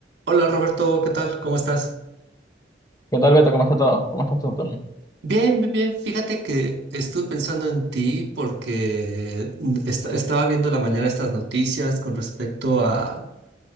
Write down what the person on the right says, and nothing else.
Hola Roberto, ¿qué tal? ¿Cómo estás?
Bien, bien, bien. Fíjate que estuve pensando en ti porque est- estaba viendo en la mañana estas noticias con respecto a,